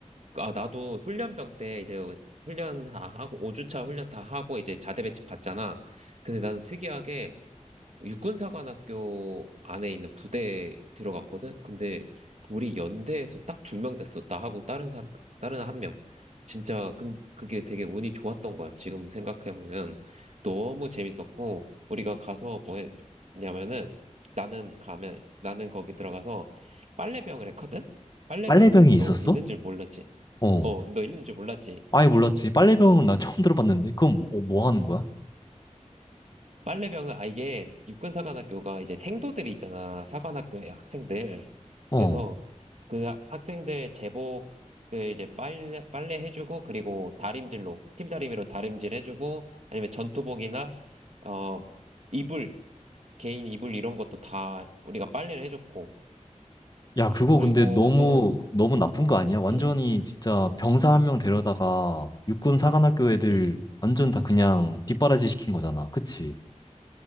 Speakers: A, on the right; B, on the left.
A: 아, 나도 훈련병 때 이제 훈련 다 하고, 5주차 훈련 다 하고 이제 자대 배치 받잖아. 근데 나는 특이하게 육군사관학교 안에 있는 부대에 들어갔거든? 근데 우리 연대에서 딱 두 명 됐어. 나하고 다른 사람, 다른 한 명. 진짜, 그, 그게 되게 운이 좋았던 거야. 지금 생각해보면. 너무 재밌었고, 우리가 가서 뭐 했냐면은, 나는 가면, 나는 거기 들어가서 빨래병을 했거든? 빨래병
B: 빨래병이 있었어?
A: 너 있는 줄 몰랐지?
B: 어.
A: 어, 너 있는 줄 몰랐지?
B: 아예 몰랐지. 빨래병은 나 <laughs> 처음 들어봤는데 그건 뭐, 어, 뭐 하는 거야?
A: 빨래병은, 아, 이게 육군사관학교가 이제 생도들이 있잖아. 사관학교의 학생들.
B: 어.
A: 그래서 그 하- 학생들 제복을 이제 빨래, 빨래 해주고, 그리고 다림질로, 스팀 다리미로 다림질 해주고, 아니면 전투복이나, 어, 이불, 개인 이불 이런 것도 다 우리가 빨래를 해줬고,
B: 야, 그거
A: 그리고
B: 근데 너무,
A: 또,
B: 너무 나쁜 거 아니야? 완전히
A: 응,
B: 진짜 병사 한 명 데려다가 육군 사관학교 애들
A: 응.
B: 완전 다 그냥 뒷바라지 시킨 거잖아. 그치?